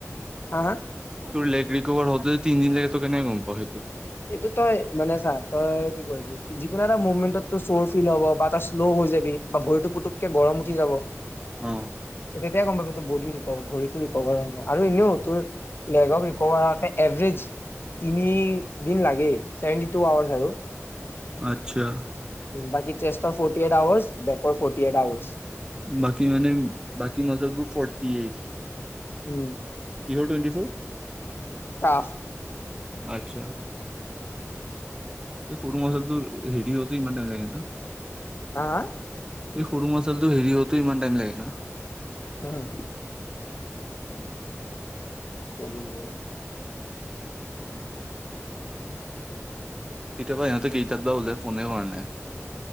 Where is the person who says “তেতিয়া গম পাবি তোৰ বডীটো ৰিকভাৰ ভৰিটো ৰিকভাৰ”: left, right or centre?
Left